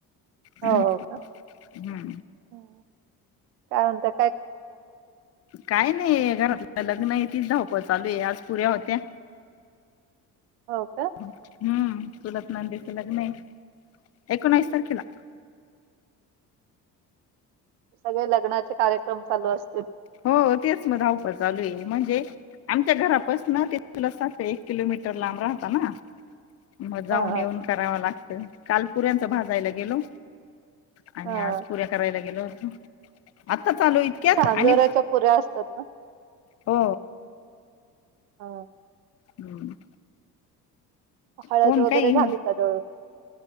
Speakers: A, on the left (about 30°); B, on the right (about 65°).
A: हुं
B: हो हो
A: हुं
B: का. काय म्हणताय.
A: काय नाही घरातलं लग्न आहे तीच धाव पळ चालू आहे आज पुऱ्या होत्या.
B: हो का
A: हुं चुलत नंदेचे लग्न आहे. ऐकोणवीस तारखेला.
B: सगळे लग्नाचे कार्यक्रम चालू असतील.
A: हो तेच म धावपळ चालू आहे, म्हणजे आमच्या घरापासन
B: हा
A: ते चुलत सासू एक किलोमीटर लांब राहत ना मग जाऊन
B: हा
A: येऊन करावं लागत. काल पुऱ्यांचा भाजायला गेलो आणि
B: हा
A: आज पुऱ्या करायला गेलो. आत्ताच आलो इतक्यात
B: साजोऱ्याचा
A: आणि
B: पुऱ्या असतात ना?
A: हो
B: हा.
A: हम्म.
B: हळद
A: कोण
B: वगैरे
A: काही
B: झाली का दळून